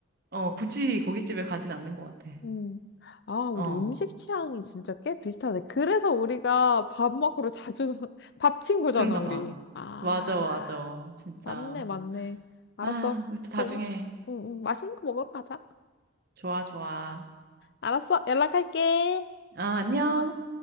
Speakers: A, on the right; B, on the left.
A: 어, 굳이 고깃집에 가진 않는 것 같아.
B: 음. 아, 우리
A: 어.
B: 음식 취향이 진짜 꽤 비슷하네. 그래서 우리가 밥 먹으러 자주, <laughs> 밥 친구잖아,
A: 그런가
B: 우리.
A: 봐.
B: 아,
A: 맞아, 맞아. 진짜.
B: 맞네, 맞네. 알았어.
A: 아, 우리 또
B: 그럼,
A: 나중에.
B: 음, 음, 맛있는 거 먹으러 가자.
A: 좋아, 좋아.
B: 알았어. 연락할게.
A: 아, 안녕.